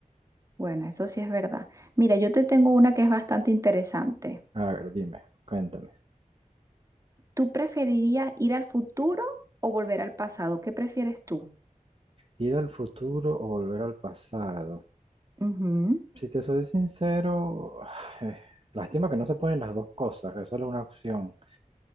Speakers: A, on the right; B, on the right.
A: Bueno, eso sí es verdad. Mira, yo te tengo una que es bastante interesante.
B: A ver, dime, cuéntame.
A: ¿Tú preferirías ir al futuro o volver al pasado? ¿Qué prefieres tú?
B: ¿Ir al futuro o volver al pasado?
A: Ujú.
B: Si te soy sincero, <sighs> eh, lástima que no se pueden las dos cosas, que solo una opción.